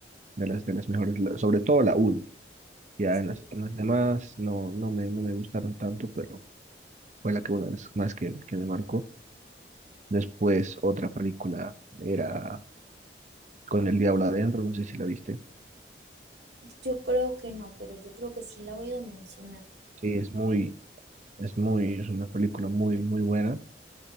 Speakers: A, on the right (about 40°); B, on the right (about 70°).
A: de las, de las mejores, la- sobre todo la 1. Ya
B: sí.
A: en las, en las demás no, no me, no me gustaron tanto, pero fue la que una de las más que, que me marcó. Después, otra película era Con el Diablo Adentro, no sé si la viste.
B: Yo creo que no, pero yo creo que sí la he oído mencionar.
A: Sí, es muy, es muy, es una película muy, muy buena